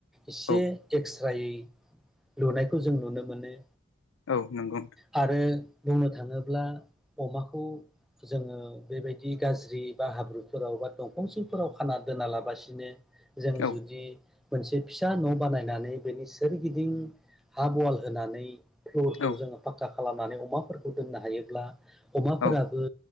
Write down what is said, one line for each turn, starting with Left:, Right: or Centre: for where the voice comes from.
Centre: एसे
Left: औ
Centre: ए्क्स रायै लुनायखौ जों नुनो मोनो।
Left: औ नंगौ
Centre: आरो बुंनो थाङोब्ला अमाखौ जोङो बेबायदि गाज्रि बा हाब्रु फोराव बा दंफां सिंफोराव खाना दोना लाबासिनो जों
Left: औ
Centre: जुदि मोनसे फिसा न' बानायनानै बेनि सोरगिदिं हाब वाल होनानै फ्लरखौ
Left: औ
Centre: जोङो फाक्का खालामनानै अमाफोरखौ दोननो हायोब्ला अमाफोराबो
Left: औ